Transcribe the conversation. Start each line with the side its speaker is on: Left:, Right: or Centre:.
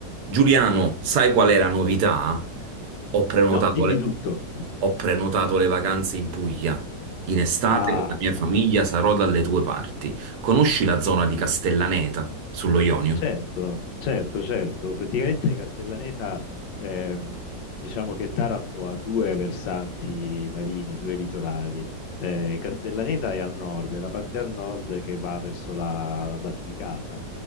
Right: Giuliano, sai qual è la novità? Ho prenotato
Left: No, dimmi
Right: le,
Left: tutto.
Right: ho prenotato le vacanze in Puglia. In estate
Left: Ah,
Right: con la mia famiglia sarò dalle tue parti. Conosci la zona di Castellaneta, sullo Ionio?
Left: certo, certo, certo. Praticamente Castellaneta, ehm, diciamo che Taranto ha due versanti marini, due litorali. Eh, Castellaneta è a nord, è la parte a nord che va verso la, la Basilicata,